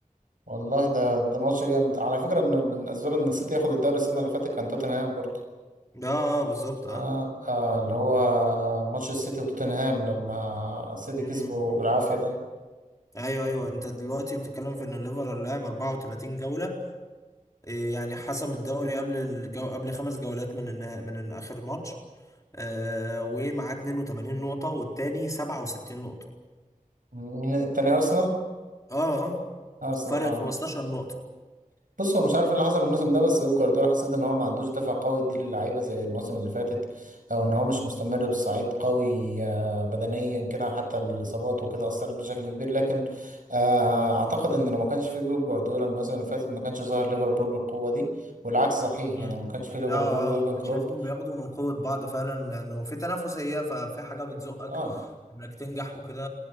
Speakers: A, on the right (about 70°); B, on the left (about 25°).
A: والله ده ده ماتش جامد على فكرة انه من اسباب ان السيتي ياخد الدوري السنة اللي فاتت كان توتنهام برضه
B: اه آه، بالظبط
A: آه,
B: اه
A: اه اللي هو ماتش السيتي وتوتنهام لما السيتي
B: مم.
A: كسبوا بالعافية ده
B: ايوه ايوه انت دلوقتي بتتكلم في ان الليفر لعب 34 جوله إيه يعني حسم الدوري قبل الجو... قبل خمس جولات من النها... من اخر ماتش آه ومعاه 82 نقطه والتاني 67 نقطه
A: مين التاني ارسنال
B: اه آه.
A: ارسنال
B: فرق
A: اه
B: 15 نقطة
A: بص هو مش عارف إيه اللي حصل الموسم ده بس بيب جوارديولا حسيت ان هو ما عندوش دفع قوي يدي للعيبه زي الموسم اللي فاتت او ان هو مش مستمر بصعيد قوي آه، بدنيا كده حتى الاصابات وكده اثرت بشكل كبير لكن آه، اعتقد ان لو ما كانش في بيب جوارديولا الموسم اللي فاتت ما كانش ظهر ليفربول بالقوه دي والعكس صحيح
B: مم.
A: يعني لو ما كانش في ليفربول
B: اه
A: ويورجن
B: اه
A: كلوب
B: شايفهم بياخدوا من قوة بعض فعلا انه في تنافسية ففي حاجة بتزقك
A: اه
B: انك تنجح وكده